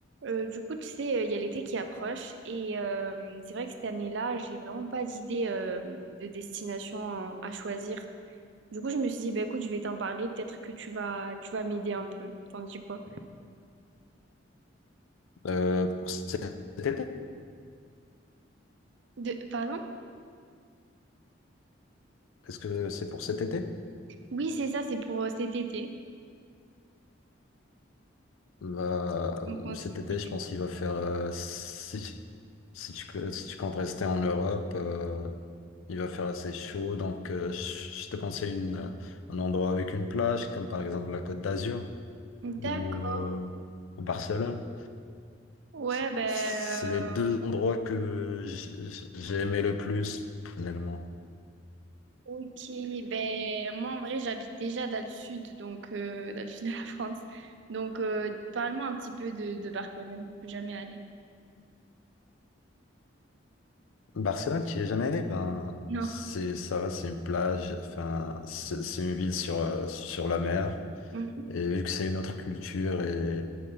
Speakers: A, on the right; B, on the left.
A: Euh, du coup, tu sais, euh, il y a l'été qui approche et euh, c'est vrai que cette année-là, j'ai vraiment pas d'idée euh, de destination euh, à choisir. Du coup, je me suis dit, bah, écoute, je vais t'en parler, peut-être que tu vas, tu vas m'aider un peu. T'en dis quoi?
B: Euh, pour cet été?
A: De... Pardon?
B: Est-ce que c'est pour cet été?
A: Oui, c'est ça, c'est pour euh, cet été.
B: Va,
A: Donc, on
B: cet
A: s'est
B: été,
A: aidé.
B: je pense qu'il va faire, euh, si, si tu, peux- si tu comptes rester en Europe, euh, il va faire assez chaud. Donc, euh, je je te conseille une, euh, un endroit avec une plage, comme par exemple la Côte d'Azur ou
A: D'accord.
B: euh, ou Barcelone.
A: Ouais,
B: C'est
A: ben, euh,
B: c'est les deux endroits que j- j- j'ai aimé le plus, personnellement.
A: ok. Ben, moi, en vrai, j'habite déjà dans le sud, donc euh, dans le sud de la France. Donc, euh, parle-moi un petit peu de, de Barcelone. Je suis jamais allée.
B: Barcelone, tu n'y es jamais allé? Ben,
A: Non.
B: c'est, ça va, c'est une plage, enfin, c'est c'est une ville sur, euh, sur la mer.
A: Mm-hmm.
B: Et vu que c'est une autre culture et